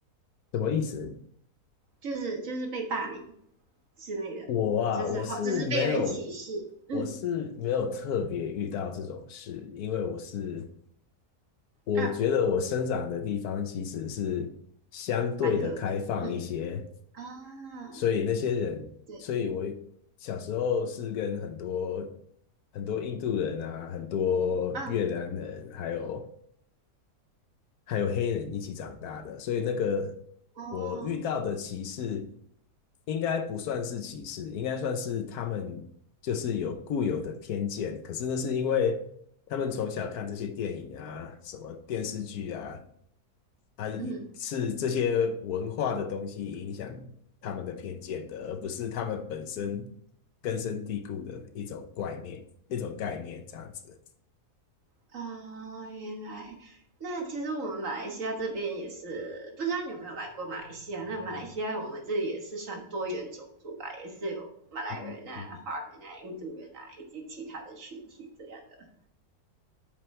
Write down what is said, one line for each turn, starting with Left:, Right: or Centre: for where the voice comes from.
Left: 什么意思？
Right: 就是就是被霸凌之类的，
Left: 我啊，
Right: 就是好，
Left: 我是没有，
Right: 就是被人歧视，嗯
Left: 我是没有特别遇到这种事，因为我是，我觉得我生长的地方其实是相对的开放一些，
Right: 啊，蛮和平，嗯啊，
Left: 所以那些人，
Right: 对，
Left: 所以我小时候是跟很多很多印度人啊，很多越南人，
Right: 啊，
Left: 还有还有黑人一起长大的，所以那个
Right: 哦，
Left: 我遇到的歧视应该不算是歧视，应该算是他们就是有固有的偏见。可是那是因为他们从小看这些电影啊、什么电视剧啊，啊是这些文化的东西影响他们的偏见的，
Right: 嗯。
Left: 而不是他们本身根深蒂固的一种观念、一种概念这样子。
Right: 啊，原来那其实我们马来西亚这边也是，不知道你有没有来过马来西亚？那马来西亚我们这里也是算多元种族吧，也是有马来人啊、
Left: 嗯
Right: 华人啊、印度人啊，以及其他的群体这样的。